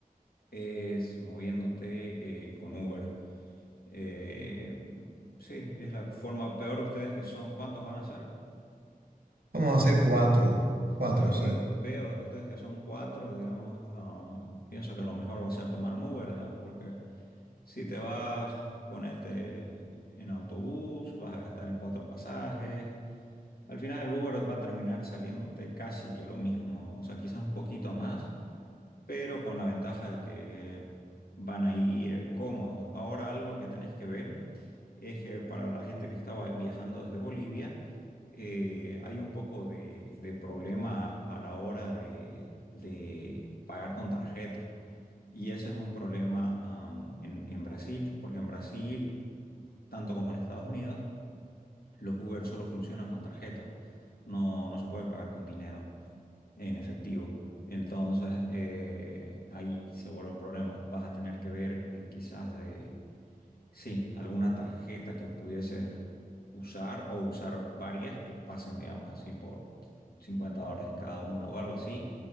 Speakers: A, on the left; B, on the right.
A: es moviéndote eh, con Uber. Eh, sí, es la forma peor ustedes que son. ¿Cuántos van a ser?
B: vamos a hacer cuatro, cuatro,
A: Claro,
B: sí,
A: ve- veo ustedes que son cuatro, digamos, am, pienso que lo mejor va a ser tomar un Uber, digamos, porque si te vas, ponete en autobús, vas a gastar en cuatro pasajes. Al final el Uber va a terminar saliéndote casi que lo mismo, o sea, quizás un poquito más, pero con la ventaja de que van a ir cómodos. Ahora algo que tenés que ver es que para la gente que estaba viajando desde Bolivia, eh, hay un poco de, de problema a la hora de, de pagar con tarjeta. Y ese es un problema, am, en, en Brasil, porque en Brasil, tanto como en Estados Unidos, los Uber solo funcionan con tarjeta. No, no se puede pagar con dinero en efectivo. Entonces, eh, ahí se vuelve un problema. Vas a tener que ver eh, quizás de, sí, alguna tarjeta que pudieses usar o usar varias que pasen, digamos así, por 50 dólares en cada una o algo así.